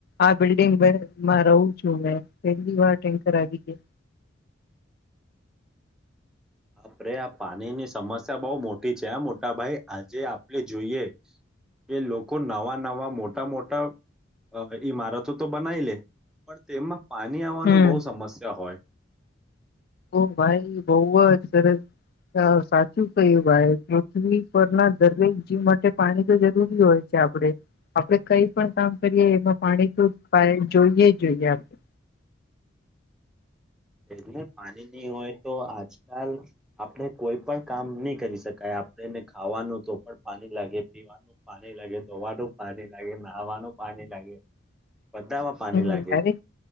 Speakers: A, on the left (about 50°); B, in the centre.
A: આ બિલ્ડિંગમાં રહું છું મે. પહેલી વાર ટેન્કર આવી ગયા.
B: આપરે આ પાણીની સમસ્યા બહ મોટી છે આ મોટા ભાઈ આજે આપણે જોઈએ કે લોકો નવા નવા મોટા મોટા અ ઈમારતો તો બનાવી લે પણ તેમાં પાણી આવવાનું
A: હમ.
B: બહુ સમસ્યા હોય.
A: ઓ ભાઈ. બઉ જ જ સરસ. સાચું કય્યું ભાઈ પૃથ્વી પર ના દરેક જીવ માટે પાણી તો જરૂરી હોય છે. આપણેે આપણેે કઈ પણ કામ કરીએ એમાં પાણી તો જોઈએ જોઈએ આપણે
B: એટલે પાણીની હોય તો આજકાલ આપણે કોઈ પણ કામ નહી કરી શકાય. આપણેને ખાવાનું તો પણ પાણી લાગે, પીવાનું પાણી લાગે, ધોવાનું પાણી લાગે, નાહવાનું, પાણી લાગે.
A: <inaudible>
B: બધામાં પાણી
A: હમરે
B: લાગે